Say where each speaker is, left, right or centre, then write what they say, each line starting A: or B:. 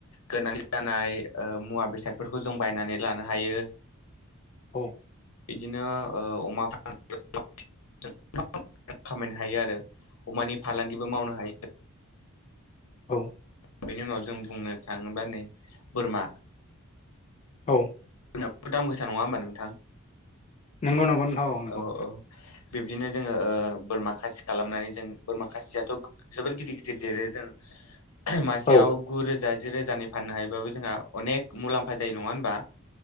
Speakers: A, on the left; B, on the left.
A: गोनां जानाय ओ मुवा बेसादफोरखौ जों बायनानै लानो हायो।
B: औ।
A: इदिनो ओ अमा <unintelligible> खामायनो हायो आरो अमानि फालांगिबो मावनो हायो।
B: औ।
A: बेनि उनाव जों बुंनो थाङोबा नै बोरमा।
B: औ।
A: एफा दाम गोसा नङा होमबा नोंथां।
B: नंगौ नंगौ नोंथ'औ नंगौ।
A: औ औ बिब्दिनो जोङो ओ बोरमा खासि खालामनानै जों बोरमा खासियाथ' जोबोद गिदिर गिदिर देरो जों। ओ-हो मासेयाव
B: औ
A: गुरोजा जिरोजानि फाननो हायोबाबो जोंहा अनेक मुलाम्फा जायो नङा होनबा।